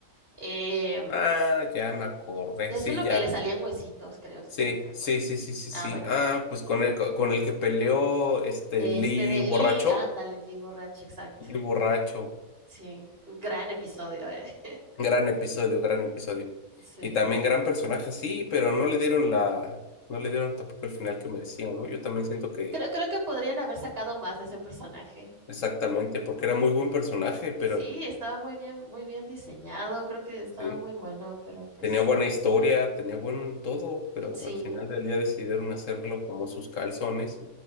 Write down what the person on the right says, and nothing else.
Eh,
es
uno
que le salían huesitos, creo, si
no me recuerdo.
Ah,
bueno.
Este
de
Lee, ándale, Lee borracho, exacto.
Sí, un gran episodio, eh. <laughs>
Sí.
Creo, creo que podrían haber sacado más de ese personaje.
Sí, estaba muy bien, muy bien diseñado, creo que estaba
muy bueno, pero pues
sí,